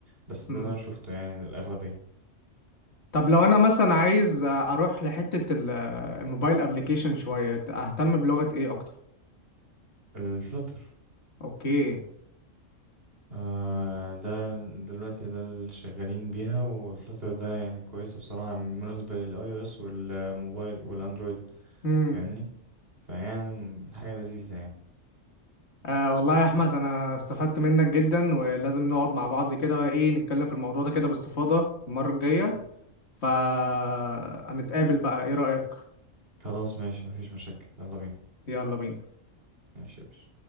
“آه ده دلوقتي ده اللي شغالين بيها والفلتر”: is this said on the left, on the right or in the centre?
Right